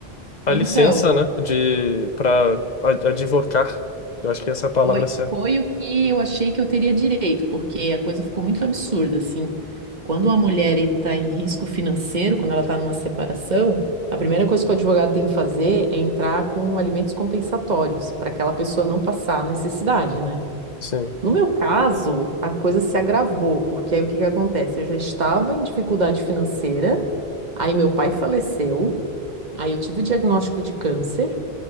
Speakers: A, on the left; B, on the right.
A: a
B: Então.
A: licença, né, de para advocar. Eu acho que essa é a palavra
B: Foi,
A: certa.
B: foi o que eu achei que eu teria direito, porque a coisa ficou muito absurda, assim. Quando uma mulher está em risco financeiro, quando ela está numa separação, a primeira coisa que o advogado tem que fazer é entrar com alimentos compensatórios, para aquela pessoa não passar a necessidade, né?
A: Sim.
B: No meu caso, a coisa se agravou, porque aí o que que acontece? Eu já estava em dificuldade financeira, aí meu pai faleceu, aí eu tive o diagnóstico de câncer.